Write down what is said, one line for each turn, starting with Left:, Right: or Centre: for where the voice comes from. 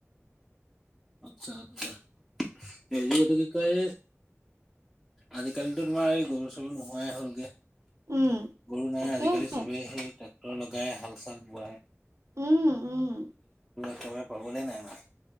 Centre: আচ্ছা আচ্ছা হেৰি এটো কি কয়। আজিকালিতো তোমাৰ এই গৰু চৰু নোহোৱাই হ'লগে।
Right: উম
Centre: গৰু নাই
Right: তাকে
Centre: আজিকালি চবে সেই ট্ৰেক্টৰ লগাই হাল চাল বোৱাই।
Right: উম, উম।
Centre: ল'ৰা পাবলে নাই আমাৰ ইয়াত।